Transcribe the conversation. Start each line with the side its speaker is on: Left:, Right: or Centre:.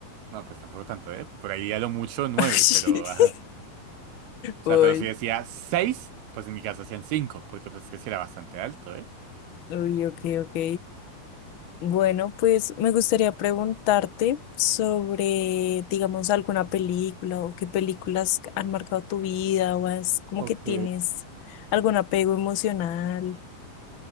Right: No, pues tampoco tanto, ¿eh? Por ahí a lo mucho 9,
Left: <laughs>
Right: pero... Ajá. O
Left: Uy,
Right: sea, pero si decía 6, pues en mi casa hacían 5, porque pues es que sí era bastante alto, ¿eh?
Left: uy, ok, ok. Bueno, pues me gustaría preguntarte sobre, digamos, alguna película o qué películas han marcado tu vida o es como
Right: Ok.
Left: que tienes algún apego emocional.